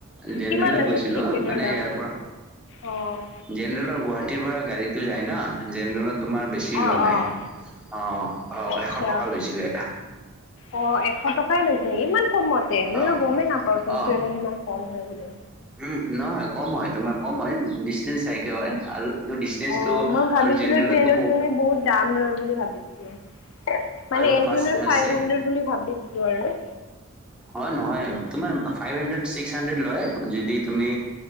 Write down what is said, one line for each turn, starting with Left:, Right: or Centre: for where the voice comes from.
Centre: জেনেৰেলত
Left: কিমান লৈছে
Centre: গৈছিলোঁ
Left: টিকেটৰ
Centre: মানে
Left: দাম?
Centre: ইয়াৰ পৰা
Left: অ',
Centre: জেনেৰেলৰ গুৱাহাটীৰ পৰা গাড়ীতো যায় ন জেনেৰেলত তোমাৰ বেছি
Left: অ',
Centre: লোৱা নাই
Left: অ',
Centre: অঁ অঁ
Left: আচ্ছা।
Centre: এশ টকা লৈছিলে এটা
Left: অ এশ টকাই লৈছে ইমান কমতে মইো
Centre: অ',
Left: গমেই নাপাওঁচোন
Centre: অ',
Left: ট্ৰনত ইমান কম হয় বোলে
Centre: উম, নহয় কম হয় তোমাৰ কম হয় ডিষ্টেন্ঞ্চ চাইকে হয় আৰু ডিচটেন্সটো
Left: অ মই ভাবিছিলো
Centre: আৰু জেনেৰেলতো
Left: ট্ৰেইনত মানে বহুত দাম লয় বুলি ভাবিছিলো মানে
Centre: আৰু
Left: এজনৰ
Centre: ফাৰ্ষ্ট আছে
Left: ফাইভ হাড্ৰেড বুলি ভাবিছিলো আৰু
Centre: হয় নহয় তোমাৰ ফাইভ হুন্দ্ৰেদ সীষ্ট হাড্ৰড ল যদি তুমি